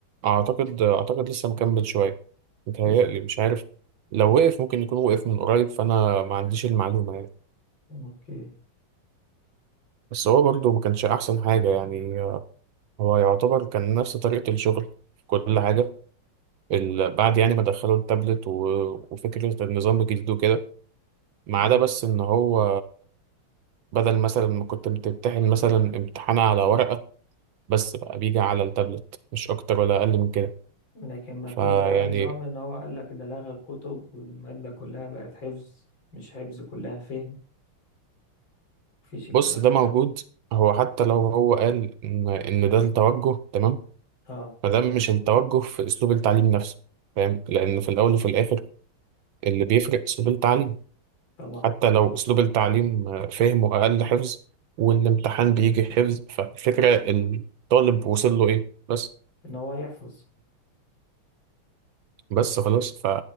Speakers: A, on the right; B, on the left.
A: اعتقد اعتقد لسه مكمل شوية متهيألي
B: لسه
A: مش عارف لو وقف ممكن يكون وقف من قريب فانا ما عنديش المعلومة يعني
B: اوكي
A: بس هو برضه ما كانش احسن حاجة يعني آه، هو يعتبر كان نفس طريقة الشغل في كل حاجة ال- بعد يعني ما دخلوا التابلت و- وفكرة النظام الجديد وكده ما عدا
B: اه
A: بس ان هو بدل مثلا ما كنت بتمتحن مثلا امتحان على ورقة بس بقى بيجي على التابلت مش اكتر ولا اقل من كده
B: لكن ما فيش
A: فيعني
B: بقى نظام ان هو قال لك ده لغى الكتب والمادة كلها بقت حفظ مش حفظ كلها فهم مفيش الكلام
A: بص ده
B: ده خالص
A: موجود هو حتى لو هو قال ان ان ده التوجه تمام
B: اه
A: فده مش التوجه في اسلوب التعليم نفسه فاهم لان في الاول وفي الاخر اللي بيفرق اسلوب التعليم
B: طبعا
A: حتى لو اسلوب التعليم فهمه اقل حفظ والامتحان بيجي حفظ فالفكرة الطالب وصل له ايه بس
B: ان هو يحفظ
A: بس خلاص ف